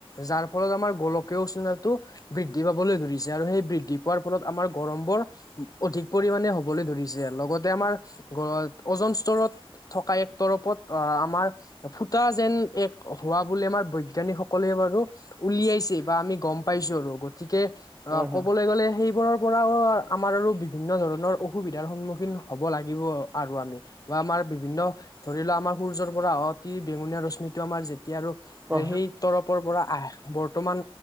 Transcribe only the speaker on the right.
হয় হয়
অ